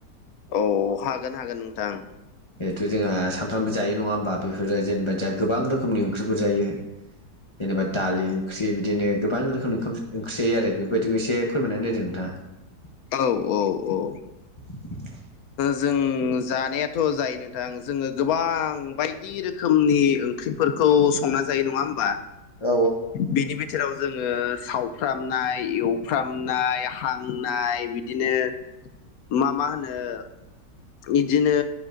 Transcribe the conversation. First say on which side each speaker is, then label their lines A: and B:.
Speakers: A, on the left; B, on the left.
A: औ हागोन हागोन नोंथां
B: जिहेथु जोंहा सानफ्रामबो जायो नङा होमबा बेफोरो जेनेबा जोंहा गोबां रोखोमनि ओंख्रिफोर जायो जेनेबा दालि ओंख्रि बिदिनो गोबां रोखोम ओंख्रि जायो आरो बेबायदिखौ एसे फोरमायनानै होदों नोंथाङा
A: औ औ औ
B: <inaudible>
A: जों जानायाथ' जायो नोंथां जोङो गोबां बायदि रोखोम रोखोमनि ओंख्रिफोरखौ संना जायो नङा होमबा
B: औ
A: बिनि बिथोराव जोङो सावफ्रामनाय एवफ्रामनाय हांनाय बि बिदिनो मा मा होनो इदिनो